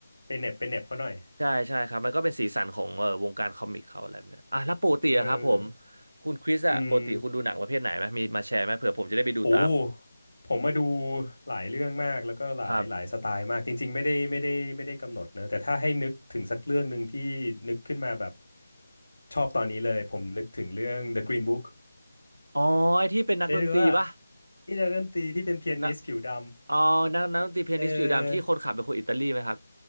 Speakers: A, on the left (about 65°); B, on the right (about 55°).
A: ไปเหน็บไปเหน็บเขาหน่อย
B: ใช่ใช่ครับมันก็เป็นสีสันของเอ่อวงการคอมิกเขาอะไรแบบเนี้ยอ่ะแล้วปกติอะครับผม
A: เออ
B: คุณคริสอะปกติคุณดูหนังประเภทไหนไหมมีมาแชร์ไหมเผื่อผมจะได้ไปดูตาม
A: อืมโหผมมาดูหลายเรื่องมากแล้วก็หลายหลายสไตล์มากจริงๆไม่ได้ไม่ได้ไม่ได้กำหนดเนอะแต่ถ้าให้นึกถึงสักเรื่องหนึ่งที่นึกขึ้นมาแบบ
B: ครับ
A: ชอบตอนนี้เลยผมนึกถึงเรื่อง The Green Book
B: อ๋อไอที่เป็นนักดนตรีปะ
A: ได้ดูว่าที่นักดนตรีที่เป็นเปียนิสผิวด
B: นะอ๋อนักนักดนตรีเปียนิสผิวดำที่คนขับเป็นคนอิตาลีไหมครับ
A: ำเออ